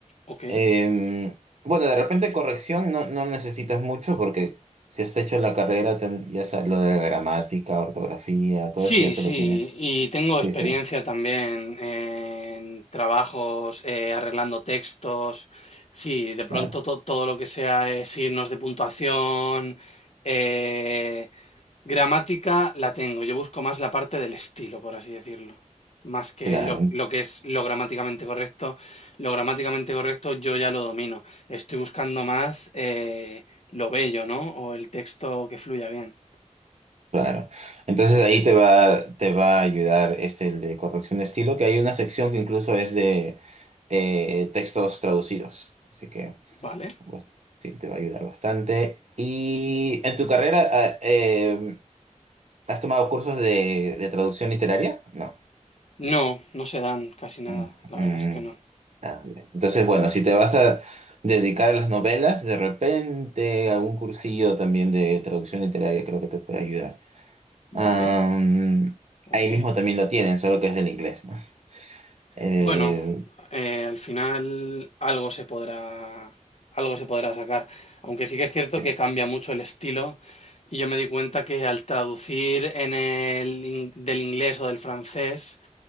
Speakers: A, on the left; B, on the right.
A: Ok.
B: Eh, bueno, de repente corrección no, no necesitas mucho porque si has hecho la carrera, ten- ya sabes, lo de la gramática, ortografía, todo
A: Sí,
B: eso ya te
A: sí,
B: lo tienes.
A: y tengo
B: Sí,
A: experiencia
B: sí,
A: también en trabajos eh, arreglando textos. Sí, de pronto
B: claro.
A: to- todo lo que sea eh, signos de puntuación, eh, gramática, la tengo. Yo busco más la parte del estilo, por así decirlo. Más que
B: Claro,
A: lo,
B: ent-
A: lo que es lo gramáticamente correcto. Lo gramáticamente correcto yo ya lo domino. Estoy buscando más eh, lo bello, ¿no? O el texto que fluya bien.
B: claro. Entonces ahí te va, te va a ayudar este, el de corrección de estilo, que hay una sección que incluso es de eh, textos traducidos. Así que
A: ¿Vale?
B: pues, sí, te va a ayudar bastante. Y en tu carrera, ah, eh, ¿has tomado cursos de, de traducción literaria? No.
A: No, no se dan casi nada,
B: Mm,
A: la verdad es que
B: mm,
A: no.
B: ah, bien. Entonces, bueno, si te vas a dedicar a las novelas, de repente algún cursillo también de traducción literaria creo que te puede ayudar.
A: Vale,
B: Am,
A: ok.
B: ahí mismo también lo tienen, solo que es del inglés, ¿no? Eh,
A: Bueno, eh, al final algo se podrá, algo se podrá sacar, aunque sí que es cierto
B: sí,
A: que cambia mucho el estilo y yo me di cuenta que al traducir en el, in- del inglés o del francés,